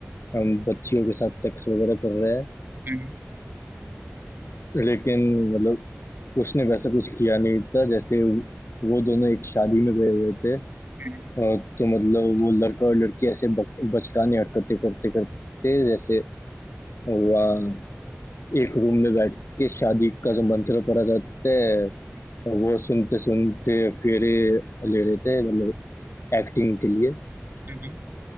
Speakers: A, on the left; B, on the right.
A: हम बच्चियों के साथ सेक्स वगैरह कर रहा है
B: हम्म
A: लेकिन मतलब उसने वैसा कुछ किया नहीं था जैसे वो दोनों एक शादी में गए हुए थे अ,
B: हम्म
A: तो मतलब वो लड़का और लड़की ऐसे बक- बचकाने हरकतें करते करते जैसे वहाँ एक रूम में बैठ के शादी का जो मंत्र पढ़ा जाता है वो सुनते सुनते फेरे ले रहे थे मतलब एक्टिंग के लिए
B: हम्म